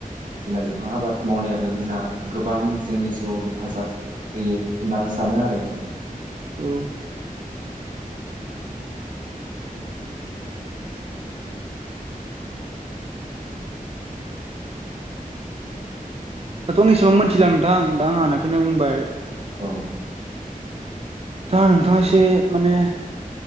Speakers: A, on the right; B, on the right.
A: जोंना बिफां आबाद मावनायाबो जोंना गोबां जोंनि जिउआव हेफाजाब होयो होनना आं सानो आरो
B: औ दाथ' एसेबां मोननथिला नोंथां दा आं हानायखोनो बुंबाय
A: औ
B: दा नोंथाङा एसे माने